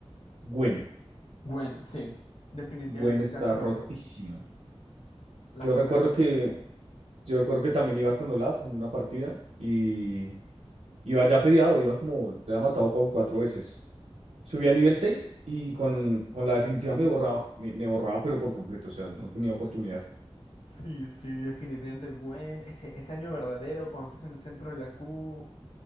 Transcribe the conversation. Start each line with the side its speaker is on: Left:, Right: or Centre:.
Right: Gwen.
Left: Gwen, sí, definitivamente,
Right: Gwen está
Left: de acuerdo.
Right: rotísima.
Left: Las
Right: Yo
Left: curas,
Right: recuerdo que Yo recuerdo que también iba con Olaf en una partida y iba ya fedeado, iba como, le había matado como cuatro veces. Subí
Left: sí.
Right: a nivel 6 y con, con la definitiva me borraba, me, me borraba pero por completo, o sea, no tenía oportunidad.
Left: Sí, sí, definitivamente Gwen, ese, ese año verdadero cuando estás en el centro de la Q,